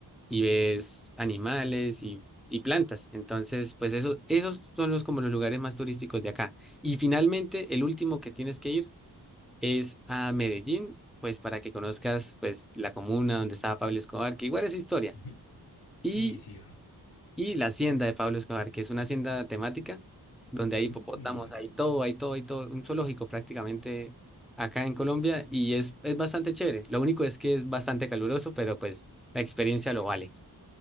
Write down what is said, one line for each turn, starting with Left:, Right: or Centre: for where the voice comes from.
Centre: y ves animales y, y plantas. Entonces, pues eso, esos son los como los lugares más turísticos de acá. Y finalmente, el último que tienes que ir es a Medellín, pues para que conozcas pues la comuna donde estaba Pablo Escobar, que igual es historia,
Left: ujú.
Centre: y,
Left: Sí, sí, bro.
Centre: y la hacienda de Pablo Escobar, que es una hacienda temática donde hay
Left: Mm.
Centre: hipopótamos, hay todo, hay todo, hay todo, un zoológico prácticamente acá en Colombia y es, es bastante chévere. Lo único es que es bastante caluroso, pero pues la experiencia lo vale.